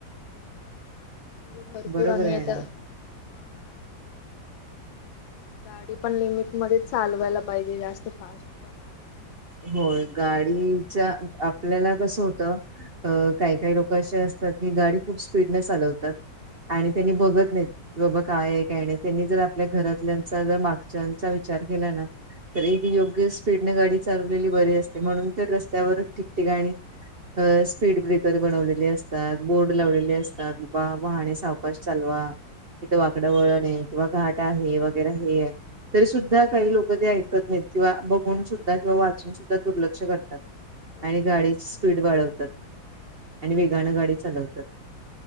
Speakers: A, on the left; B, on the right.
A: म्हणजे भरपूर
B: बरोबर
A: आणि
B: आहे
A: आता
B: ना
A: हा गाडी पण लिमिट मध्ये चालवायला पाहिजे जास्त फास्ट पण नाही.
B: होय गाडीच्या आपल्याला कसं होतं. अ काही- काही लोक असे असतात की गाडी खूप स्पीडने चालवतात. आणि त्यांनी बघत नाहित. क बाबा काय ये काय नाही त्यांनी जर आपल्या घरातल्यांचा जर मागच्यांचा विचार केला ना तरी एक योग्य स्पीडने गाडी चाललेली बरी असते म्हणून रस्त्यावर ठिकठिकाणी स्पीड ब्रेक तर बनवलेली असतात बोर्ड लावलेली असतात बा वाहणे सावकाश चालवा, इकडं वाकड वळण आहे किंवा घाट आहे वगैरे हे आहे. तरी सुद्धा काही लोक ते ऐकत नाहीत किंवा बघून सुद्धा कि वाचून सुद्धा दुर्लक्ष करतात
A: हो
B: आणि
A: ना
B: गाडीची
A: तेच
B: स्पीड वाढवतात. आणि वेगानं
A: तेच
B: गाडी चालवतात.